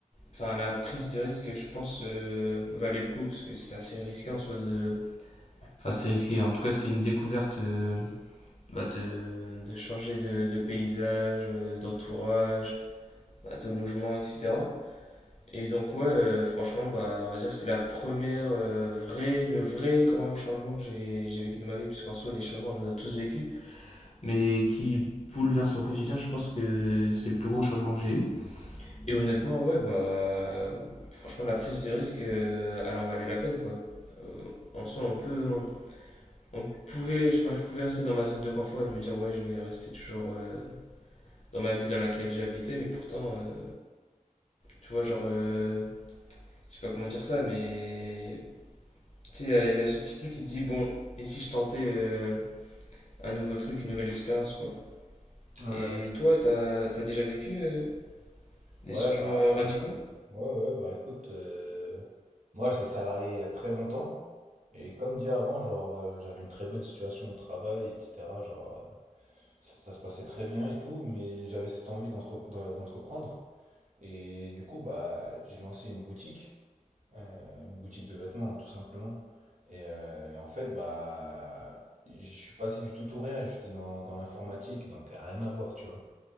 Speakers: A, on the left (about 55°); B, on the right (about 60°).
A: enfin, la prise de risque, je pense, euh, valait le coup, parce que c'était assez risqué en soi de... Enfin, c'était risqué. En tout cas, c'était une découverte euh, bah, de, de, changer de, de paysage, euh, d'entourage, bah, de logement, etc. Et donc ouais, euh, franchement, bah, on va dire que c'est la première euh, vraie, le vrai grand changement que j'ai, j'ai vécu de ma vie, puisqu'en soi des changements on en a tous vécu, mais qui bouleverse ton quotidien, je pense que c'est le plus gros changement que j'ai eu. Et honnêtement, ouais, bah franchement la prise de risque, euh, elle en valait la peine quoi. Euh, en soi, on peut, on, on pouvait, enfin je pouvais rester dans ma zone de confort et de me dire ouais, je vais rester toujours euh, dans ma ville dans laquelle j'habitais, mais pourtant, euh, tu vois, genre, euh, je sais pas comment dire ça, mais tu sais, il y a- il y, a ce petit truc qui te dit, bon, et si je tentais euh, un nouveau truc, une nouvelle expérience, quoi.
B: Ouais.
A: Et toi, t'as, t'as déjà vécu euh, des
B: Ouais,
A: changements
B: pareil.
A: radicaux?
B: Ouais, ouais, bah écoute, euh, moi j'étais salarié il y a très longtemps, et comme dit avant, genre euh, j'avais une très bonne situation au travail, etc. Genre euh, ça, ça se passait très bien et tout, mais j'avais cette envie d'entre- d'en- d'entreprendre, et du coup, bah j'ai lancé une boutique. Euh, une boutique de vêtements, hein, tout simplement. Et, euh, et en fait, bah, je suis passé du tout au rien. J'étais dans, dans l'informatique, donc rien à voir, tu vois.